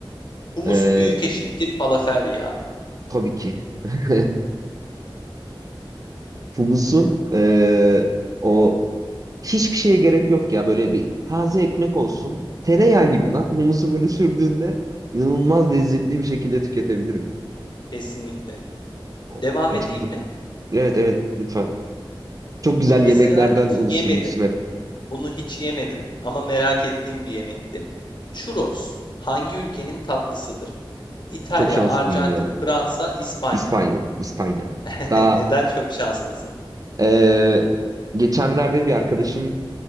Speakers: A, on the left; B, on the right.
A: humus
B: e,
A: büyük eşittir falafel ya.
B: tabii ki. <laughs> Humusun e, o hiçbir şeye gerek yok ya. Böyle bir taze ekmek olsun. Tereyağı gibi
A: Hı hı,
B: lan. Humusu böyle sürdüğünde inanılmaz
A: kesinlikle.
B: lezzetli bir şekilde tüketebilirim.
A: Kesinlikle.
B: Of,
A: Devam
B: acıktım.
A: edeyim mi?
B: Evet evet lütfen. Çok güzel
A: Bunu mesela
B: yemeklerden
A: hiç
B: oluşturmuşsun
A: yemedim.
B: hep.
A: Bunu hiç yemedim ama merak ettiğim bir yemektir. Churros hangi ülkenin tatlısıdır? İtalya,
B: Çok şanslıyım
A: Arjantin,
B: ya.
A: Fransa, İspanya.
B: İspanya, İspanya.
A: <laughs>
B: Daha
A: Neden çok şanslısın?
B: e, geçenlerde bir arkadaşım,